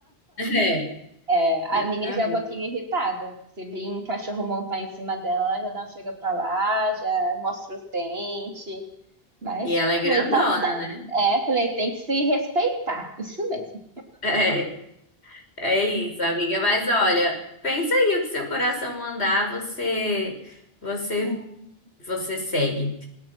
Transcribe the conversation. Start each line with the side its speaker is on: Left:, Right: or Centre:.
Left: <laughs> É,
Right: É, a
Left: exatamente.
Right: minha já é um pouquinho irritada. Se vir um cachorro montar em cima dela, ela já dá um chega pra lá, já mostra os dentes. Mas
Left: E ela é grandona,
Right: falei, tá certo.
Left: né?
Right: É, falei, tem que se respeitar. Isso mesmo.
Left: É. É isso, amiga. Mas olha, pensa aí o que seu coração mandar, você, você,
Right: Hum.
Left: você segue.